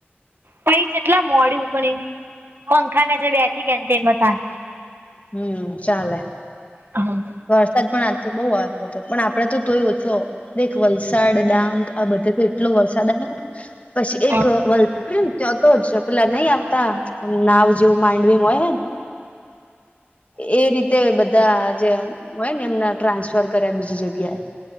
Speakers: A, on the right; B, on the left.
A: પણ એ ચેટલા મોડી ઉપડી પંખાના નેચે બેઠી કેન્ટીનમ તાર
B: હમ્ ચાલે
A: હ
B: વરસાદ પણ આજ તો બઉ આવતો હતો પણ આપડે તોય ઓછો દેખ વલસાડ ડાંગ આ બધે તો એટલો વરસાદ આયો પછી એક
A: હ
B: વલ ને ત <unintelligible> જ ખુલા નહી આવતા નાવ જેવું માંડવીમ હોય હે એ રીતે બધા જે હોય ને એમના ટ્રાન્સફર કર્યા બીજી જગ્યાએ,